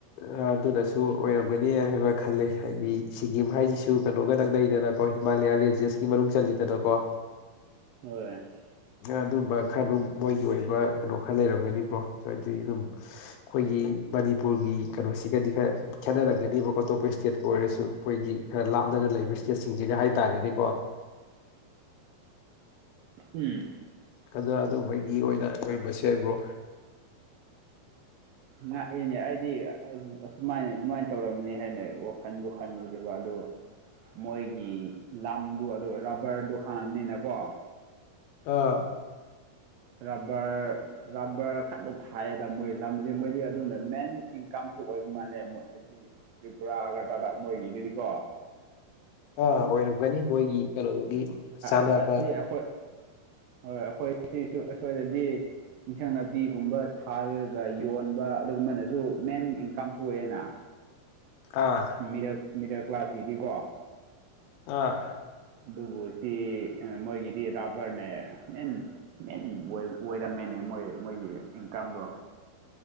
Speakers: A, on the left; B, on the right.
A: ꯑ ꯑꯗꯨꯅꯁꯨ ꯑꯣꯏꯔꯝꯒꯅꯤ ꯍꯥꯏꯕ ꯈꯜꯂꯦ ꯍꯥꯏꯗꯤ ꯁꯤꯀꯤꯝ ꯍꯥꯏꯁꯤꯁꯨ ꯀꯩꯅꯣꯒ ꯅꯛꯅꯩꯗꯅ꯫ ꯈꯣꯏ ꯍꯤꯃꯥꯂꯌꯥ ꯔꯦꯟꯖꯦꯁꯀꯤ ꯃꯅꯨꯡ ꯆꯜꯂꯤꯗꯅꯀꯣ꯫
B: ꯍꯣꯏ꯫
A: ꯑꯗꯨꯝꯕ ꯈꯔ ꯑꯗꯨꯝ ꯃꯣꯏꯒꯤ ꯑꯣꯏꯕ ꯀꯩꯅꯣ ꯈꯔ ꯂꯩꯔꯝꯒꯅꯤꯕ꯭ꯔꯣ ꯍꯥꯏꯗꯤ ꯑꯗꯨꯝ ꯈꯣꯏꯒꯤ ꯃꯅꯤꯄꯨꯔꯒꯤ ꯀꯩꯅꯣꯁꯤꯒꯗꯤ ꯈꯔ ꯈꯦꯠꯅꯔꯒꯅꯤꯕꯀꯣ ꯑꯇꯣꯞꯄ ꯏꯁ꯭ꯇꯦꯠꯀ ꯑꯣꯏꯔꯁꯨ ꯃꯣꯏꯒꯤ ꯈꯔ ꯂꯥꯞꯅꯅ ꯂꯩꯕ ꯏꯁꯇꯦꯠꯁꯤ ꯁꯤꯡꯁꯤꯒ ꯍꯥꯏꯇꯥꯔꯦꯅꯦꯀꯣ꯫
B: ꯎꯝ꯫
A: ꯀꯟꯅ ꯑꯗꯨꯝꯕꯒꯤ ꯑꯣꯏꯅ ꯑꯣꯏꯔꯝꯕꯁꯨ ꯌꯥꯏ ꯕ꯭ꯔꯣ꯫
B: ꯉꯥꯛꯑꯦꯅꯦ ꯑꯩꯗꯤ ꯑ ꯑꯁꯨꯃꯥꯏꯅ ꯗꯨꯃꯥꯏꯅ ꯇꯧꯔꯝꯅꯤ ꯍꯥꯏꯅ ꯋꯥꯈꯟꯗꯨ ꯈꯟꯂꯨꯗꯨꯕ ꯑꯗꯨ ꯃꯣꯏꯒꯤ ꯂꯝꯗꯨ ꯑꯗꯨ ꯔꯕꯔꯗꯨ ꯍꯥꯡꯉꯝꯅꯤꯅꯀꯣ꯫
A: ꯑꯥ꯫
B: ꯔꯥꯕ꯭ꯔ ꯔꯕ꯭ꯔ ꯈꯛꯇ ꯊꯥꯏꯌꯦꯗ ꯃꯣꯏꯒꯤ ꯂꯝꯗꯨꯗꯤ ꯃꯣꯏꯗꯤ ꯑꯗꯨꯅ ꯃꯦꯟ ꯏꯟꯀꯝꯁꯨ ꯑꯣꯏꯕ ꯃꯥꯜꯂꯦ ꯃꯣꯏ ꯑꯁꯤ ꯇ꯭ꯔꯤꯄꯨꯔꯥ ꯑꯒꯔꯇꯂꯥ ꯃꯣꯏꯒꯤꯗꯨꯗꯤꯀꯣ꯫
A: ꯑꯥ ꯑꯣꯏꯔꯝꯒꯅꯤ ꯃꯣꯏꯒꯤ ꯀꯩꯅꯣꯗꯨꯒꯤ ꯆꯥꯅꯕ
B: ꯑꯁꯤ ꯑꯩꯈꯣꯏ ꯍꯣꯏ ꯑꯩꯈꯣꯏ ꯁꯤꯁꯨ ꯑꯁ꯭ꯋꯥꯏꯗꯗꯤ ꯏꯟꯁꯥꯡ ꯅꯥꯄꯤꯒꯨꯝꯕ ꯊꯥꯔꯒ ꯌꯣꯟꯕ ꯑꯗꯨꯒꯨꯝꯕꯅꯁꯨ ꯃꯦꯟ ꯏꯟꯀꯝꯁꯨ ꯑꯣꯏꯌꯦꯅꯥ꯫
A: ꯑꯥ꯫
B: Middle middle ꯀ꯭ꯂꯥꯁꯀꯤꯗꯤꯀꯣ꯫
A: ꯑꯥ꯫
B: ꯑꯗꯨꯕꯨ ꯁꯤ ꯃꯣꯏꯒꯤꯗꯤ ꯔꯥꯕ꯭ꯔꯅꯦ ꯃꯦꯟ ꯃꯦꯟ ꯑꯣꯏ ꯑꫭꯏꯔꯝꯃꯦꯅꯦ ꯃꯣꯏ ꯃꯣꯏꯒꯤ ꯏꯟꯀꯝꯗꯣ꯫